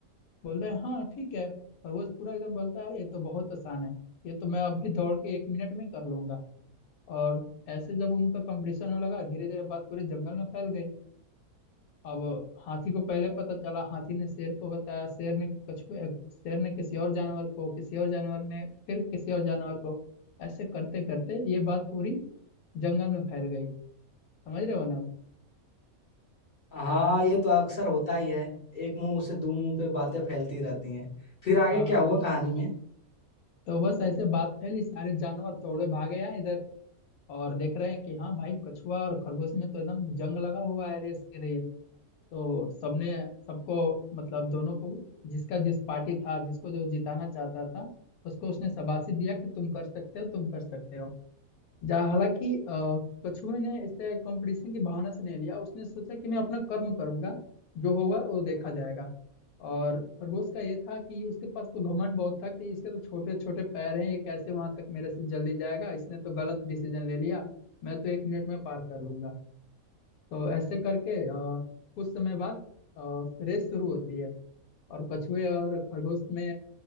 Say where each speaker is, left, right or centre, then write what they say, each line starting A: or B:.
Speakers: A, on the left; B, on the left.
A: बोल रहे हैं हाँ ठीक है खरगोश पूरा एकदम बोलता है अरे ये तो बहुत आसान है ये तो मैं अभी दौड़ के एक मिनट में कर लूंगा और ऐसे जब उनका कंपटीशन होने लगा धीरे धीरे बात पूरे जंगल में फैल गई अब हाथी को पहले पता चला हाथी ने शेर को बताया शेर ने कछुए शेर ने किसी और जानवर को किसी और जानवर ने फिर किसी और जानवर को ऐसे करते करते ये बात पूरी जंगल में फैल गई समझ रहे हो ना
B: हाँ ये तो अक्सर होता ही है एक मुंह से दो मुंह पे बातें फैलती रहती हैं फिर आगे
A: हाँ
B: क्या
A: हाँ
B: हुआ कहानी में
A: तो बस ऐसे बात फैली सारे जानवर दौड़े भागे आए इधर और देख रहे हैं कि हाँ भाई कछुआ और खरगोश में तो एकदम जंग लगा हुआ है रेस के लिए तो सबने सबको मतलब दोनों को जिसका जिस पार्टी था जिसको जो जिताना चाहता था उसको उसने शाबाशी दिया कि तुम कर सकते हो तुम कर सकते हो जा हालांकि अ, कछुए ने इसे कंपटीशन की भावना से नहीं लिया उसने सोचा कि मैं अपना कर्म करूंगा जो होगा वो देखा जाएगा और खरगोश का ये था कि उसके पास तो घमंड बहुत था कि इसके तो छोटे छोटे पैर हैं ये कैसे वहां तक मेरे से जल्दी जाएगा इसने तो गलत डिसीजन ले लिया मैं तो एक मिनट में पार कर लूंगा तो ऐसे करके अ, कुछ समय बाद अ, रेस शुरू होती है और कछुए और खरगोश में